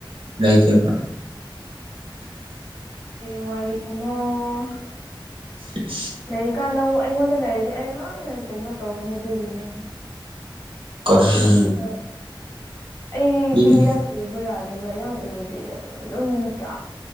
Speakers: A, on the right; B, on the left.
A: ꯂꯩꯇꯕ
B: ꯍꯌꯦꯡꯋꯥꯏꯒꯤ ꯊꯝꯃꯣ ꯍ
A: ꯑ
B: ꯂꯩꯔꯤꯀꯥꯟ ꯂꯧ ꯑꯩꯉꯣꯟꯗ ꯂꯩꯔꯗꯤ ꯑꯩ ꯂꯣꯏꯅ ꯀꯩꯅꯣ ꯇꯧꯒꯅꯤ ꯑꯗꯨꯒꯤꯅꯦ
A: ꯀꯔꯤ
B: ꯑ ꯄꯨꯈ ꯑꯩꯗꯤ
A: ꯄꯤꯅꯤ
B: ꯌꯥꯝ ꯎꯕ ꯌꯥꯗꯦ ꯂꯩꯕꯥꯛ ꯌꯥꯝ ꯎꯔꯗꯤ ꯑꯗꯨꯝ ꯆ